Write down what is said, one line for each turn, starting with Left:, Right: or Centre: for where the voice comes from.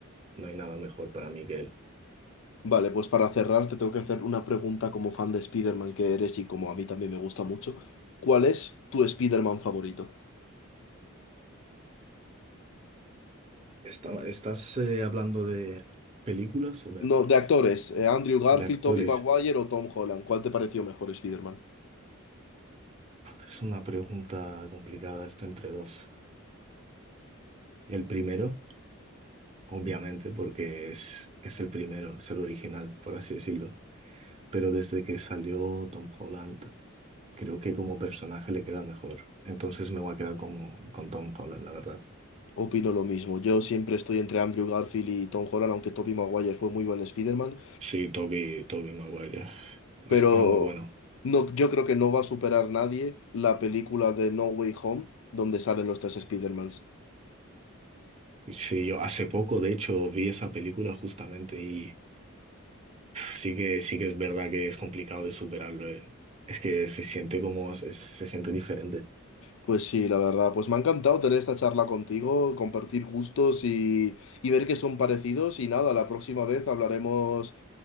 Right: no hay nada mejor para mí que él.
Left: Vale, pues para cerrar te tengo que hacer una pregunta como fan de Spider-Man que eres y como a mí también me gusta mucho. ¿Cuál es tu Spider-Man favorito?
Right: Está- ¿Estás eh, hablando de películas o de
Left: No,
Right: actores?
Left: de actores, eh, Andrew Garfield,
Right: De actores.
Left: Tobey Maguire o Tom Holland. ¿Cuál te pareció mejor Spider-Man?
Right: Es una pregunta complicada esto entre dos. El primero, obviamente, porque es, es el primero, es el original, por así decirlo. Pero desde que salió Tom Holland, creo que como personaje le queda mejor. Entonces me voy a quedar como, con Tom Holland, la verdad.
Left: Opino lo mismo. Yo siempre estoy entre Andrew Garfield y Tom Holland, aunque Tobey Maguire fue muy buen Spider-Man.
Right: Sí, Toby, Toby Maguire. Es-
Left: pero
Right: Era muy bueno.
Left: no, yo creo que no va a superar nadie la película de No Way Home, donde salen los tres Spider-Mans.
Right: Sí, yo hace poco, de hecho, vi esa película justamente Sí que, sí que es verdad que es complicado de superarlo, eh. Es que se siente como, es- se siente diferente.
Left: Pues sí, la verdad, pues me ha encantado tener esta charla contigo, compartir gustos y, y ver que son parecidos. Y nada, la próxima vez hablaremos